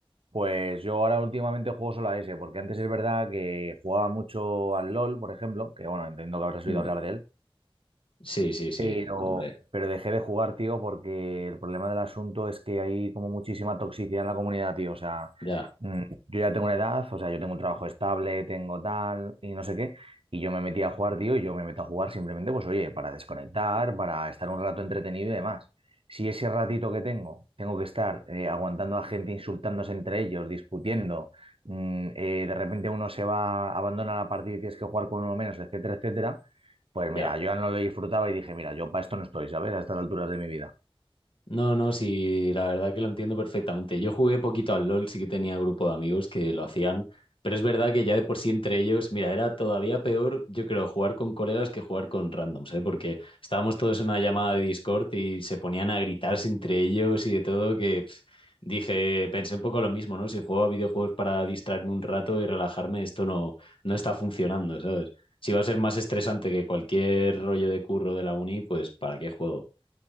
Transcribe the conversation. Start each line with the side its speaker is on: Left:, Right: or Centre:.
Right: Pues yo ahora últimamente juego solo a ese, porque antes es verdad que jugaba mucho al LOL, por ejemplo, que bueno, entiendo que habrás
Left: Mm,
Right: oído hablar de él.
Left: Sí, sí, sí,
Right: Pero,
Left: hombre,
Right: pero dejé de jugar, tío, porque el problema del asunto es que hay como muchísima toxicidad en la comunidad, tío. O sea,
Left: ya,
Right: mm, yo ya tengo una edad, o sea, yo tengo un trabajo estable, tengo tal y no sé qué. Y yo me metí a jugar, tío, y yo me meto a jugar simplemente, pues oye, para desconectar, para estar un rato entretenido y demás. Si ese ratito que tengo, tengo que estar eh, aguantando a gente insultándose entre ellos, discutiendo, mm, eh, de repente uno se va, abandona la partida y tienes que jugar con uno menos, etcétera, etcétera pues
Left: ya.
Right: mira, yo ya no lo disfrutaba y dije, mira, yo para esto no estoy, ¿sabes? A estas alturas de mi vida.
Left: No, no, sí, la verdad que lo entiendo perfectamente. Yo jugué poquito al LOL, sí que tenía grupo de amigos que lo hacían, pero es verdad que ya de por sí entre ellos, mira, era todavía peor, yo creo, jugar con colegas que jugar con randoms, ¿eh? Porque estábamos todos en una llamada de Discord y se ponían a gritarse entre ellos y de todo, que pf, dije, pensé un poco lo mismo, ¿no? Si juego a videojuegos para distraerme un rato y relajarme, esto no, no está funcionando, ¿sabes? Si va a ser más estresante que cualquier rollo de curro de la uni, pues ¿para qué juego?